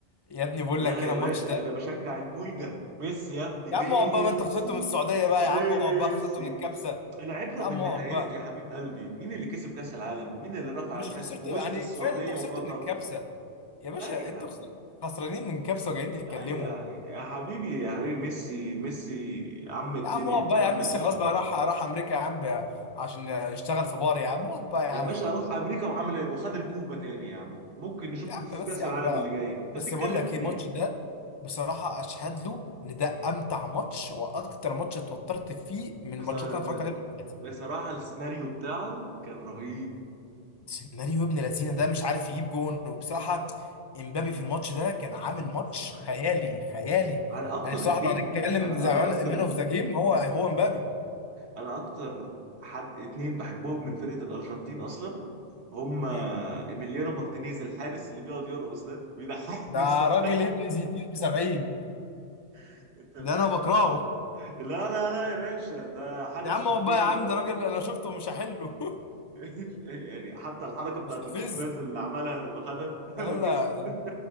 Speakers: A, on the left; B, on the right.
A: يا ابني بقول
B: لا
A: لك هنا
B: يا
A: الماتش
B: باشا
A: ده
B: انا بشجع البولجا ميسي يا ابني
A: يا عم اقعد
B: ميسي
A: بقى ما انت خسرته من السعوديه بقى
B: ميسي
A: يا عم اقعد بقى خسرته من الكبسه
B: العبرة
A: يا عم
B: بالنهايات
A: اقعد بقى
B: يا حبيب قلبي مين اللي كسب كأس العالم مين اللي رفع
A: مش
B: الكأس
A: خسرته
B: في وسط
A: يعني
B: السعودية
A: كفايه انت خسرته
B: وقطر
A: من الكبسه يا باشا
B: لا يا
A: انت
B: حبيبي
A: خسرت خسرانين من كبسه وجايين تتكلموا
B: لا يا يا حبيبي يا حبيبي ميسي ميسي عم الدنيا
A: يا عم اقعد بقى
B: عم
A: يا عم ميسي
B: العالم
A: خلاص بقى راح راح امريكا يا عم بقى عشان يشتغل في بار يا عم اقعد بقى يا
B: يا
A: عم
B: باشا راح امريكا وعمل إيه؟ وخد الكوبا تاني يا عم ممكن نشوفه
A: يا عم
B: في كاس
A: بس يا
B: العالم
A: عم بقى
B: اللي جاي انت
A: بس
B: بتتكلم
A: بقول لك
B: في
A: ايه
B: ايه
A: الماتش ده بصراحة أشهد له إن ده أمتع ماتش وأكتر ماتش اتوترت فيه من
B: بس-
A: الماتشات
B: ب-
A: اللي أنا اتفرجت عليها
B: بصراحه السيناريو بتاعه كان رهيب
A: سيناريو ابن لذينه ده مش عارف يجيب جون وبصراحه امبابي في الماتش ده كان عامل ماتش خيالي خيالي
B: على اكتر
A: يعني بصراحه
B: اتنين
A: لو هنتكلم
B: انا
A: زمان
B: انا اكتر
A: مان اوف ذا جيم هو هو امبابي
B: انا اكتر حد اتنين بحبهم من فرقه الارجنتين اصلا هم ايميليانو
A: مم.
B: مارتينيز الحارس اللي بيقعد يرقص ده بيضحكني
A: ده
B: بصراحه
A: راجل ابن زيتين في 70
B: <laughs> انت فاهم
A: ده انا بكرهه
B: لا لا لا يا باشا ده حارس
A: يا عم
B: ممتاز
A: اقعد بقى يا عم ده راجل انا شفته مش هحله
B: <laughs> يعني حتى الحركه بتاعت
A: <laughs> مستفز
B: القفاز اللي عملها لما خدها <laughs> لما
A: لا
B: كسب <laughs>
A: ده انت